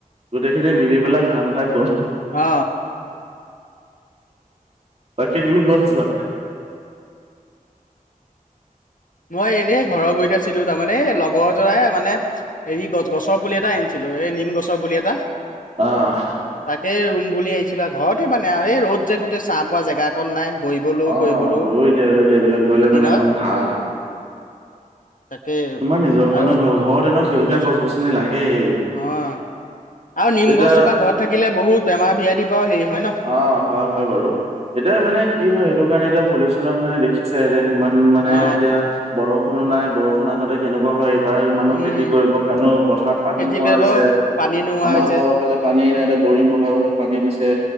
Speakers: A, on the right; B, on the left.
A: গোটেইখিনি মিলি পেলাই কাম এটা কৰোঁ।
B: অ
A: বাকী তুমি ক'ত আছা?
B: মই এনেই ঘৰৰ গুৰিত আছিলোঁ তাৰমানে এই লগৰ জোৰাই মানে হেৰি গছ গছৰ পুলি এটা আনিছিলোঁ এই নিম গছৰ পুলি এটা
A: অঁ
B: তাকে ৰুম বুলি আহিছিলো আৰু ঘৰতে মানে আৰু, এই ৰ'দ যে গোটেই, চা পোৱা জেগা অকণ নাই, বহিবলৈও
A: অ'
B: কৰিবলৈও,
A: ৰৈ দিয়া ৰৈ দিয়া এইবিলাক কৰিলে মানে
B: দিনত
A: অকণ ভাল
B: তাকে
A: তোমাৰ নিজৰ কাৰণেও
B: আৰু
A: ভাল, ঘৰত এনেও সেউজীয়া
B: নিজৰ
A: গছ গছনি লাগেই।
B: অ', আৰু নিম
A: এতিয়া
B: গছজোপা ঘৰত থাকিলে বহুত বেমাৰ ব্যাধিৰ পৰাও হেৰি হয় ন?
A: অ', হয় হয় বাৰু, এতিয়া মানে কি হয় সেইটো কাৰণে এতিয়া পলিউচনৰ কাৰণে দেখিছাই এতিয়া ইমান মানে
B: অ
A: এতিয়া বৰষুণো নাই, বৰষুণ আগতে কেনেকুৱা হয় <unintelligible> মানুহ
B: উম
A: খেতি কৰিবৰ কাৰণেও পথাৰত পানী
B: খেতি
A: নোহোৱা
B: কৰিব
A: হৈছে।
B: পানী নোহোৱা
A: আমাৰ
B: হৈছে
A: আকৌ এইফালে পানীয়ে নাই, এতিয়া বৰিং বহাই বহাইহে পানী দিছে।